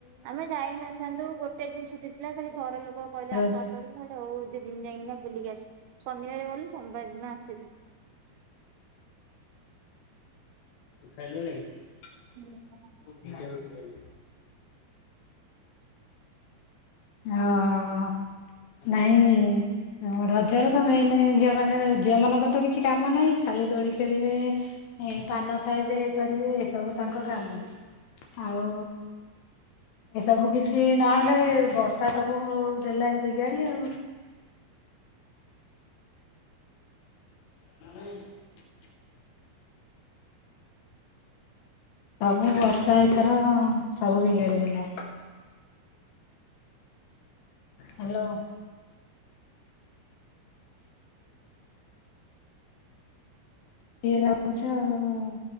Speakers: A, on the right; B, on the left.
A: ଆମେ ଯାଇନଥାନ୍ତୁ, ଗୋଟେ ଦିନ ଛୁଟି ଥିଲା ଖାଲି ଘର ଲୋକ କହିଲେ
B: ରଜ
A: ଆସ ଆସ, ବୋଲି ମୁଁ କହିଲି ହଉ ଦଦି ଦିନ ଯାଇଁକିନା ବୁଲିକି ଆସିବ। ଶନିବାର ଗଲୁ ସୋମବାର ଦିନ ଆସିବି।
B: ଖାଇଲୁଣି ମୁଁ
A: ହୁଁ
B: ଦିଟା ରୁଟି ଖାଇଲି। ହଁ ନାଇଁ ହଁ ରଜରେ ତ ମେନ ଝିଅ ମାନେ ଝିଅ ମାନଙ୍କର ତ କିଛି କାମ ନାହିଁ। ଶାଳି ଦୋଳି ଖେଳିବେ। ଏ ପାନ ଖାଇବେ
A: ଜୋରେ
B: କରିବେ, ଏ ସବୁ ତାଙ୍କ କାମ ଆଉ ଏସବୁ କିଛି ନହେଲେ ବଷ ସା ସବୁ ଦେଲା ବିଗାଡି ଆଉ। ମାମା ନାଇଁ? ପ୍ରଭୁ ବର୍ଷା ଏଇଥର ସବୁ ବିଗାଳି ଦେଲା। ହେଲୋ। କିଏ ଭାବୁଛ ଆଉ